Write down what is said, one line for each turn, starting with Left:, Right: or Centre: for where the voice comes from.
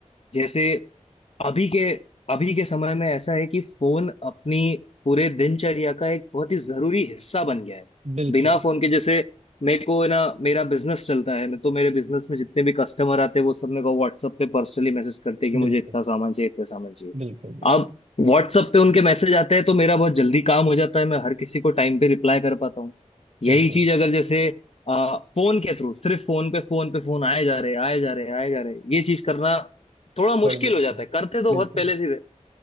Left: जैसे अभी के अभी के समय में ऐसा है कि फोन अपनी पूरे दिनचर्या का एक बहुत ही जरूरी हिस्सा बन गया है
Right: बिल्कुल
Left: बिना फोन के जैसे मेरे को ना मेरा बिजनेस चलता है मैं तो मेरे बिजनेस में जितने भी कस्टमर आते हैं वो सब मेरे को WhatsApp पे पर्सनली मैसेज करते हैं कि मुझे
Right: बिल्कुल
Left: इतना सामान चाहिए इतना सामान चाहिए
Right: बिल्कुल बिल्कुल
Left: अब WhatsApp पे उनके मैसेज आते हैं तो मेरा बहुत जल्दी काम हो जाता है मैं हर किसी को टाइम पे रिप्लाई कर पाता हूँ यही
Right: बिल्कुल
Left: चीज अगर जैसे आ, फोन के थ्रू सिर्फ फोन पे फोन पे फोन आए जा रहे आए जा रहे आए जा रहे ये चीज करना थोड़ा
Right: थोड़े
Left: मुश्किल
Right: मुश्किल
Left: हो जाता
Right: है।
Left: है करते तो
Right: बिल्कुल
Left: बहुत पहले से थे